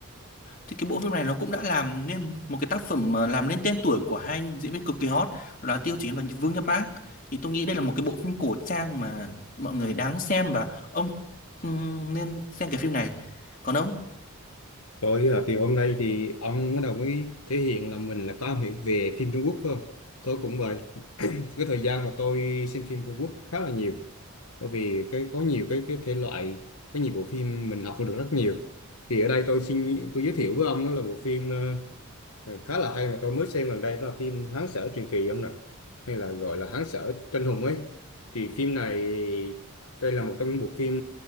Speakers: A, on the left (about 35°); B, on the left (about 75°).
A: thì cái bộ phim này nó cũng đã làm nên một cái tác phẩm mà làm nên tên tuổi của hai anh diễn viên cực kỳ hot đó là Tiêu Chiến và Vương Nhất Bác. Thì tôi nghĩ đây là một cái bộ phim cổ trang mà mọi người đáng xem và ông ừm, nên xem cái phim này. Còn ông,
B: Tôi ở thì hôm nay thì ông bắt đầu mới thể hiện là mình là có am hiểu về phim Trung Quốc phải không? Tôi cũng vậy. <clears throat> cái thời gian mà tôi xem phim Trung Quốc khá là nhiều. Bởi vì cái có nhiều cái cái thể loại, có nhiều bộ phim mình học được rất nhiều. Thì ở đây tôi xin tôi giới thiệu với ông đó là bộ phim ờ, Ừ, khá là hay mà tôi mới xem gần đây đó là phim Hán Sở Truyền Kỳ ông nè hay là gọi là Hán Sở Tranh Hùng ấy thì phim này đây là một trong những bộ phim